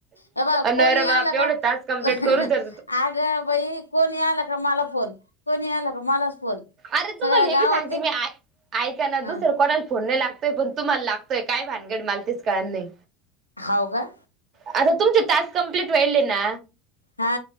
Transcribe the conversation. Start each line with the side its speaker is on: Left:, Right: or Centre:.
Left: हे बघा
Right: नाही
Left: कोणी
Right: रे बाप
Left: आला
Right: एवढे
Left: का?
Right: तास
Left: <inaudible>
Right: कंप्लीट
Left: हा
Right: करू तर
Left: आगं. बाई कोणी आला का मला फोन? कोणी आला का मलाच फोन?
Right: आरे
Left: सगळ्या
Right: तुम्हाला
Left: गावातले
Right: हे बी सांगते मी, ऐ ऐका ना, दुसरं
Left: ह
Right: कोणाला फोन नाई लागतोय पण. तुम्हाला लागतोय काय भानगड मला तेच कळाल नाही.
Left: हाव का
Right: आता तुमचे टास्क कंप्लीट व्हायले ना?
Left: हा.